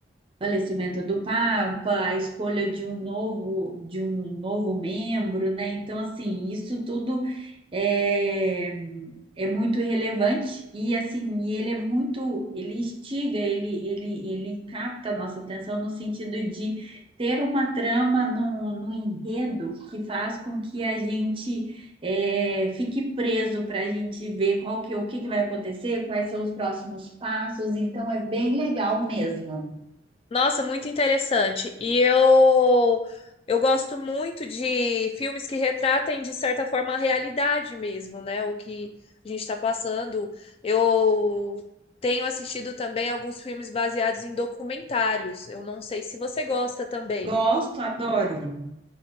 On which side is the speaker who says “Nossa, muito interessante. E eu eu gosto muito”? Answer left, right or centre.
Left